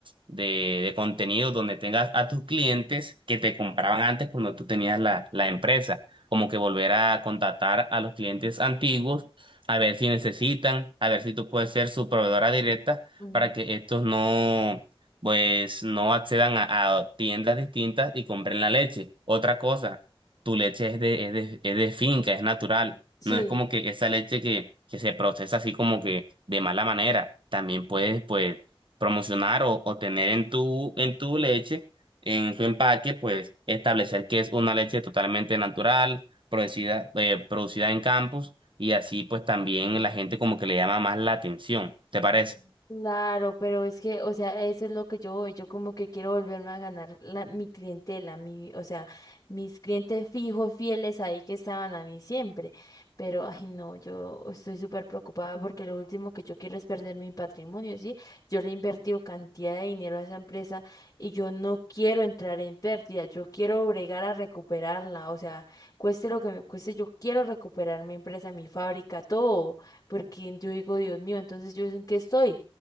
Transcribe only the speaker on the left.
mm,
Sí,
Claro, pero es que, o sea, eso es lo que yo voy, yo como que quiero volverme a ganar la, mi clientela, mi, o sea, mis clientes fijos, fieles ahí que estaban a mí siempre, pero, ay, no, yo estoy súper preocupada porque lo último que yo quiero es perder mi patrimonio, ¿sí? Yo le he invertido cantidad de dinero a esa empresa y yo no quiero entrar en pérdida, yo quiero bregar a recuperarla, o sea, cueste lo que me cueste, yo quiero recuperar mi empresa, mi fábrica, todo, porque yo digo, Dios mío, entonces yo en qué estoy.